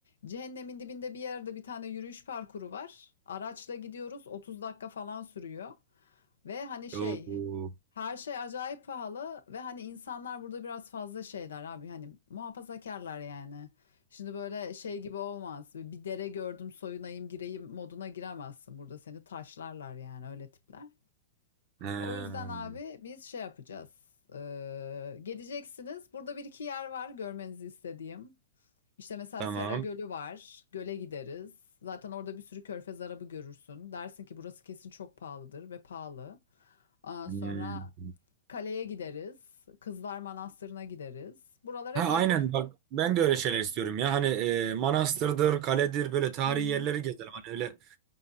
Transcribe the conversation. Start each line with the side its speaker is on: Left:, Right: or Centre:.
Left: Cehennemin dibinde bir yerde bir tane yürüyüş parkuru var. Araçla gidiyoruz 30 dakika falan sürüyor. Ve hani şey
Right: Oo.
Left: her şey acayip pahalı ve hani insanlar burada biraz fazla şeyler abi hani muhafazakarlar yani. Şimdi böyle şey gibi olmaz. Bir dere gördüm soyunayım gireyim moduna giremezsin. Burada seni taşlarlar yani öyle tipler.
Right: Hmm.
Left: O yüzden abi biz şey yapacağız. Ee, geleceksiniz. Burada bir iki yer var görmenizi istediğim. İşte mesela
Right: Tamam.
Left: Sera Gölü var. Göle gideriz. Zaten orada bir sürü körfez arabı görürsün. Dersin ki burası kesin çok pahalıdır ve pahalı. Ondan
Right: Hmm.
Left: sonra kaleye gideriz. Kızlar Manastırı'na gideriz. Buralar
Right: Ha
Left: hep
Right: aynen
Left: yakın.
Right: bak ben de öyle şeyler istiyorum ya. Hani e, manastırdır, kaledir böyle tarihi
Left: Hı hı.
Right: yerleri gezelim. Hani öyle